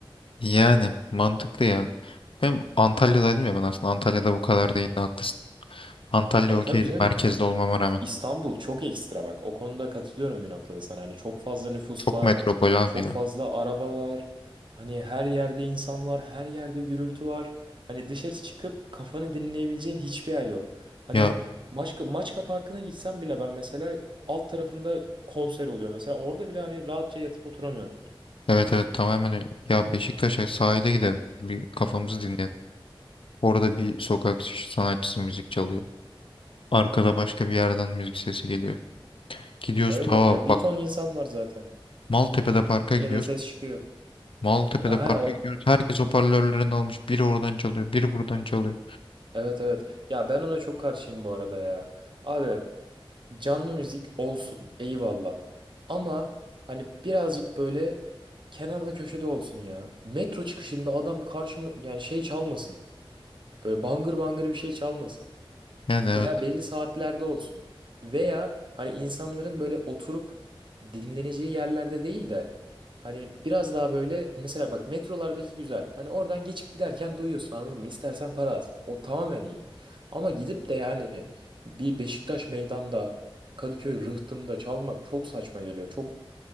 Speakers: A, on the left; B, on the right.
A: Yani mantıklı ya. Ben Antalya'daydım ya ben aslında Antalya'da bu kadar değildi haklısın. Antalya
B: E
A: okeydi
B: tabii canım.
A: merkezde olmama
B: İs-
A: rağmen.
B: İstanbul çok ekstra bak. O konuda katılıyorum bir noktada sana. Hani çok fazla nüfus
A: Çok
B: var,
A: metropol abi
B: çok
A: ya.
B: fazla araba var. Hani her yerde insan var, her yerde gürültü var. Hani dışarı çıkıp kafanı dinleyebileceğin hiçbir yer yok. Hani
A: Ya
B: Maçka, Maçka Parkı'na gitsem bile ben mesela alt tarafında konser oluyor mesela. Orada bile hani rahatça yatıp oturamıyorsun.
A: evet evet tamamen öyle. Ya Beşiktaş'a sahile gidelim. Bir kafamızı dinleyelim. Orada bir sokak sanatçısı müzik çalıyor. Arkada başka bir yerden müzik sesi geliyor. Gidiyoruz
B: Öyle.
A: ta
B: Ya bir
A: bak
B: ton insan var zaten.
A: Maltepe'de parka
B: Yine
A: gidiyoruz.
B: de ses çıkıyor.
A: Maltepe'de
B: Aha
A: parka
B: o
A: gidiyoruz. Herkes hoparlörlerini almış. Biri oradan çalıyor, biri buradan çalıyor.
B: Evet evet. Ya ben ona çok karşıyım bu arada ya. Abi canlı müzik olsun eyvallah. Ama hani birazcık böyle kenarda köşede olsun ya. Metro çıkışında adam karşıma yani şey çalmasın. Böyle bangır bangır bir şey çalmasın
A: Yani evet.
B: veya belli saatlerde olsun. Veya hani insanların böyle oturup dinleneceği yerlerde değil de hani biraz daha böyle mesela bak metrolardaki güzel. Hani oradan geçip giderken duyuyorsun anladın mı? İstersen para az. O tamamen iyi. Ama gidip de yani bir Beşiktaş meydanda Kadıköy Rıhtım'da çalmak çok saçma geliyor. Çok